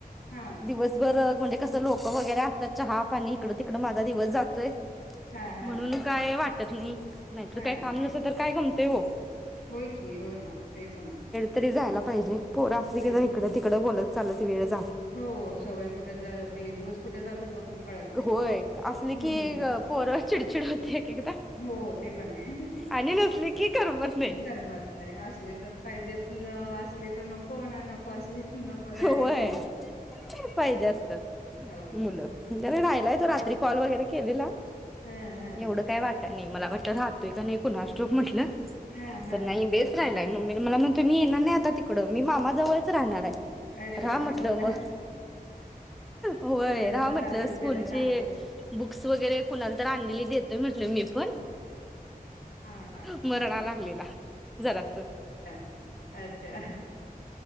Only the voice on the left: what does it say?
हा
हा हा
हा
होय की होय ना तेच ना
तेच
ना
हो सवय कुठे जाते दिवस कुठे जातो तो पण कळत नाही
हम्म
हो ते पण आहे
करमत नाही असले तर पाहिजेत असली तर नको होणार नको असली नको राहिली
की
हो
ह ह
हा हा
अरे बापरे
हो का
करमत
असेल
त्याला चांगलेच
हा हा
ह अच्छा